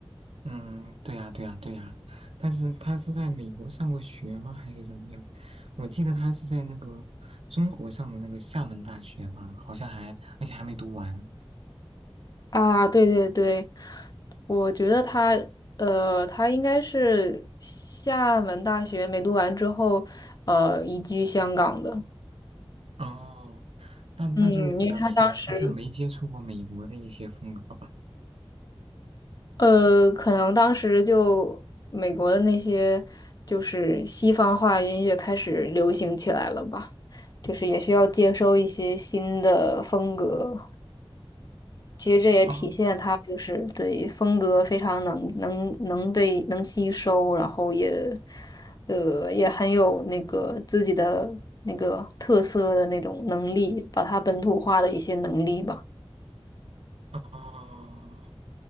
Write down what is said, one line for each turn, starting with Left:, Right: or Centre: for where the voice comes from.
Right: 嗯，对呀，对呀，对呀，但是他是在美国上过学吗？还是怎么样？我记得他是在那个中国上的那个厦门大学吧，好像还，而且还没读完。
Left: 啊。对对对，我觉得他，呃，他应该是厦门大学没读完之后，呃，移居香港的。
Right: 哦，那那就比较奇怪，
Left: 嗯，因为他当时，
Right: 好像没接触过美国的一些风格吧。
Left: 呃，可能当时就美国的那些就是西方化音乐开始流行起来了吧，就是也需要接收一些新的风格。其实这也体现他就是对风格非常能能能被能吸收，
Right: 哦，
Left: 然后也呃也很有那个自己的那个特色的那种能力，把它本土化的一些能力吧。
Right: 哦，